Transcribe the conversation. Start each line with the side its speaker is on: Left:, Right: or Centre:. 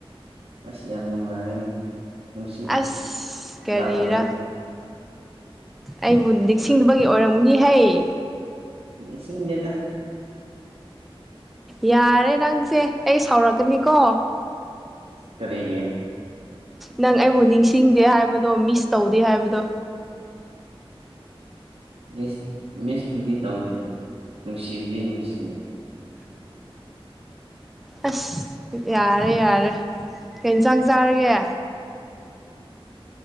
Right: ꯑ ꯌꯥꯝ ꯅꯨꯡꯉꯥꯏ ꯅꯨꯡꯁꯤꯠ
Centre: ꯑꯁ ꯀꯔꯤꯔ
Right: ꯂꯥꯛꯄꯒꯤ
Centre: ꯑꯩꯕꯨ ꯅꯤꯡꯁꯤꯡꯕꯒꯤ ꯑꯣꯏꯔꯝꯒꯅꯤꯍꯩ
Right: ꯅꯤꯡꯁꯤꯡꯗꯦꯗ
Centre: ꯌꯥꯔꯦ ꯅꯪꯁꯦ ꯑꯩ ꯁꯥꯎꯔꯛꯀꯅꯤꯀꯣ
Right: ꯀꯔꯤꯒꯤ
Centre: ꯅꯪ ꯑꯩꯕꯨ ꯅꯤꯡꯁꯤꯡꯗꯦ ꯍꯥꯏꯕꯗꯣ ꯃꯤꯁ ꯇꯧꯗꯦ ꯍꯥꯏꯕꯗꯣ
Right: ꯃꯤꯁ ꯃꯤꯁꯄꯨꯗꯤ ꯇꯧꯋꯦꯗ ꯅꯨꯡꯁꯤꯕꯨꯗꯤ ꯅꯨꯡꯁꯤꯌꯦ
Centre: ꯑꯁ ꯌꯥꯔꯦ ꯌꯥꯔꯦ ꯀꯩ ꯏꯟꯁꯥꯡ ꯆꯥꯔꯒꯦ